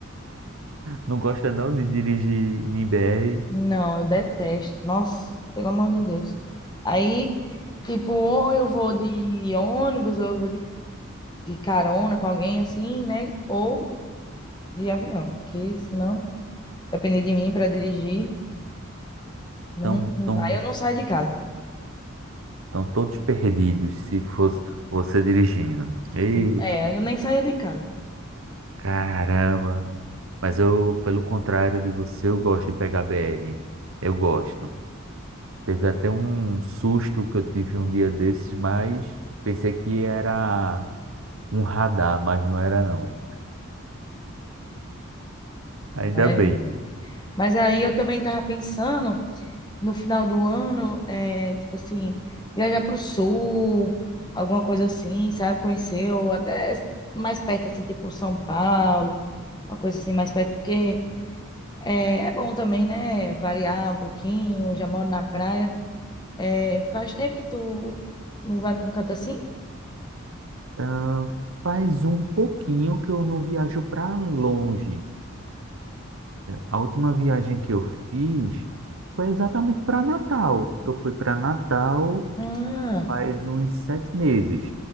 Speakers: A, on the right; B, on the left.
A: não gosta não de dirigir em BR,
B: Não, eu detesto. Nossa, pelo amor de Deus. Aí, tipo, ou eu vou de ônibus, ou eu vou de, de carona com alguém assim, né? Ou de avião, que senão, depender de mim para dirigir, não,
A: estão
B: não
A: tão,
B: vai. Eu não saio de casa.
A: tão tão todos perdidos se fosse você dirigindo. Ei,
B: É, aí eu nem saía de casa.
A: caramba! Mas eu, pelo contrário de você, eu gosto de pegar BR. Eu gosto. Teve até um susto que eu tive um dia desses, mas pensei que era um radar, mas não era não. Ainda
B: Mas,
A: bem.
B: mas aí eu também tava pensando no final do ano, é, tipo assim, viajar pro sul, alguma coisa assim, sabe? Conhecer, ou até mais perto, assim, tipo São Paulo, uma coisa assim mais perto, porque é, é bom também, né? Variar um pouquinho, já moro na praia. É, faz tempo que tu não vai pra um canto assim?
A: Ah, faz um pouquinho que eu não viajo para longe. A última viagem que eu fiz foi exatamente para Natal. Eu fui para Natal
B: Ah,
A: faz uns sete meses.